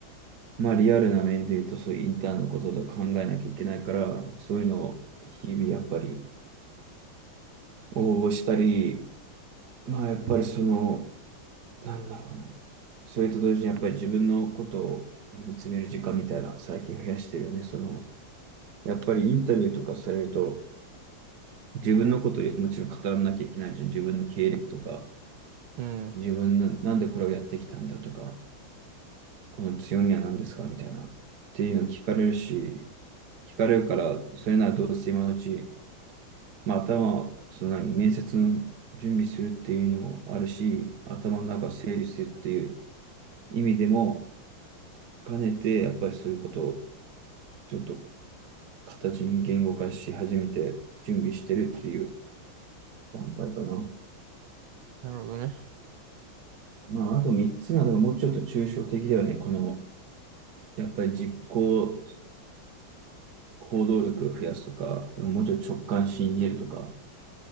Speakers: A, on the right; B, on the right.
A: まあリアルな面で言うと、そういうインターンのこととか考えなきゃいけないから、そういうのを日々やっぱり応募したり、まあやっぱりその、なんだろうな。それと同時にやっぱり自分のことを見つめる時間みたいな、最近増やしてるよね。その、やっぱりインタビューとかされると、自分のことをもちろん語らなきゃいけないじゃん。自分の経歴とか、
B: うん。
A: 自分のなんでこれをやってきたんだとか、この強みは何ですかみたいな。っていうの聞かれるし、聞かれるから、それならどうせ今のうち、まあ、頭、その何、面接の準備するっていうのもあるし、頭の中整理するっていう意味でも兼ねて、やっぱりそういうことをちょっと形に言語化し始めて準備してるっていう段階かな。
B: なるほどね。
A: まあ、あと3つ目はだもうちょっと抽象的だよね。この、やっぱり実行、行動力を増やすとか、もうちょっと直感信じるとか、やっ